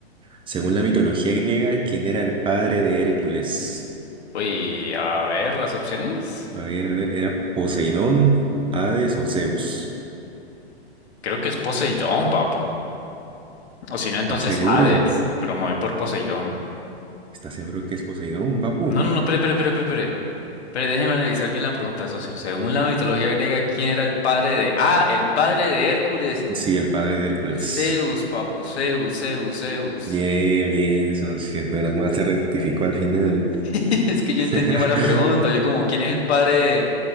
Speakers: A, on the right; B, on the left.
A: Según la mitología griega, ¿quién era el padre de Hércules?
B: Uy, a ver, las opciones.
A: A ver, a ver, ¿era Poseidón, Hades o Zeus?
B: Creo que es Poseidón, papu. O si no,
A: ¿Estás
B: entonces
A: seguro?
B: Hades. Pero me voy por Poseidón.
A: ¿Estás seguro que es Poseidón, Papu?
B: No, no, no, pero, pero, pero, pero, pero. Pero déjeme analizar bien la pregunta, socio. Según la mitología griega, ¿quién era el padre de... Ah, el padre de Hércules.
A: Sí, el padre de Hércules.
B: Zeus, papu, Zeus, Zeus, Zeus.
A: Bien, bien, socio. Menos mal se rectificó al final.
B: <laughs> Es que yo
A: <laughs>
B: entendí mal la pregunta. Yo como, ¿quién es el padre de...